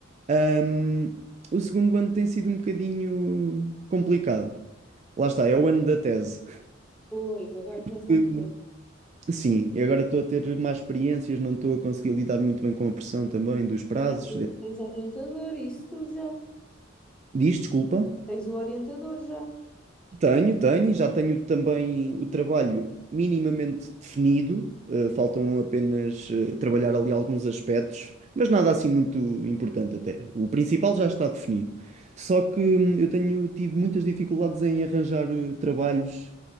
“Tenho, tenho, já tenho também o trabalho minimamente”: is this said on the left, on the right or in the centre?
Right